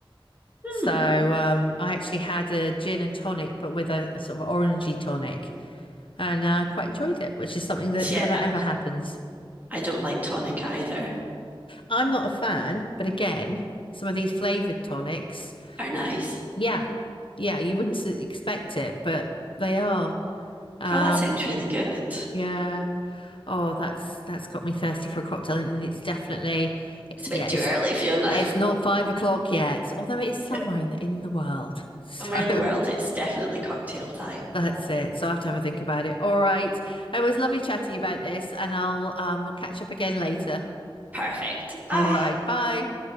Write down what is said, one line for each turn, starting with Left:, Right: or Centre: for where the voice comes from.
Right: Hmm.
Left: So um, I actually had a gin and tonic, but with a, a sort of orangey tonic, and uh, quite enjoyed it, which is something that
Right: So,
Left: never
Right: yeah, I,
Left: ever happens.
Right: I don't like tonic either.
Left: I'm not a fan, but again, some of these flavored tonics,
Right: Are nice.
Left: yeah, yeah, you wouldn't expect it, but they are. Um,
Right: Oh, that sounds really good.
Left: yeah. Oh, that's that's got me thirsty for a cocktail, and it's definitely,
Right: It's
Left: yeah,
Right: a bit too
Left: it's
Right: early, Fiona.
Left: it's not five o'clock yet, although it is somewhere
Right: <laughs>
Left: in the in the world. <laughs>
Right: Somewhere
Left: So
Right: in the world, it's definitely cocktail time.
Left: That's it. So I have to have a think about it. All right. It was lovely chatting about this, and I'll um we'll catch up again later.
Right: Perfect. Bye.
Left: All right. Bye.